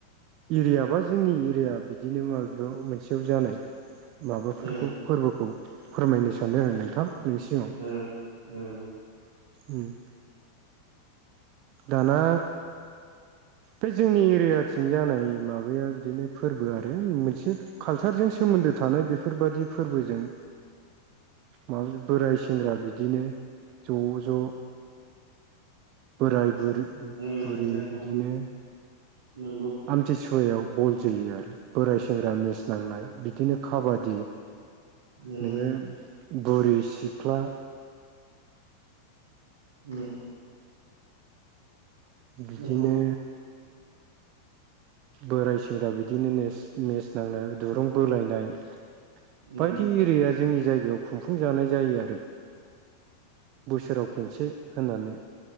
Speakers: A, on the right; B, on the right.
A: एरिया बा जोंनि एरिया बिदिनो माबायाव मोनसेयाव जानाय माबाफोरखौ
B: उम
A: फोरबोखौ फोरमायनो सानदों आं नोंथां नोंनि सिगाङाव
B: उम उम
A: उम दाना बे जोंनि एरियाथिं जानाय माबाया बिदिनो फोरबो आरो मोनसे कालचारजों सोमोन्द सोमोन्दो थानाय बेफोरबादि फोरबोजों माबा बोराय सेंग्रा बिदिनो ज'-ज' बोराय बुरै बुरि
B: उम नंगौ
A: बिदिनो
B: नंगौ
A: आमथिसुवायाव बल जोयो आरो बोराय सेंग्रा मेस नांनाय बिदिनो काबादि
B: उम
A: नोङो बुरि सिख्ला
B: ओम
A: बिदिनो
B: नंगौ
A: बोराय सेंग्रा बिदिनो नेस मेस नांनाय दुरुं बोलायनाय
B: उम
A: बायदि एरिया जोंनि जायगायाव खुंफुं जानाय जायो आरो बोसोराव खनसे होननानै